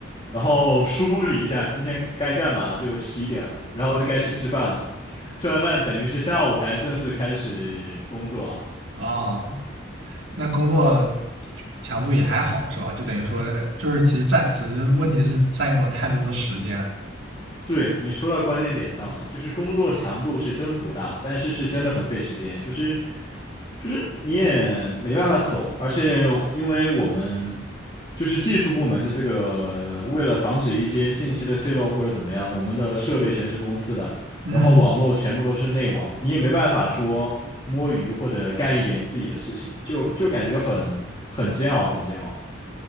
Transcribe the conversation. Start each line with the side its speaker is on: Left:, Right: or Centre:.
Left: 然后梳理一下今天该干嘛，就十一点了，然后就该去吃饭了，吃完饭等于是下午才正式开始工作啊，
Right: 哦，那工作强度也还好是吧？就等于说就是其实占，只是问题是占用了太多的时间。
Left: 对，你说到关键点上了，就是工作强度是真不大，但是是真的很费时间，就是就是你也没办法走，而且因为我们就是技术部门的这个，为了防止一些信息的泄露或者怎么样，我们的设备全是公司的，
Right: 嗯，
Left: 然后网络全部都是内网，你也没办法说摸鱼或者干一点自己的事情，就就感觉很很煎熬，很煎熬。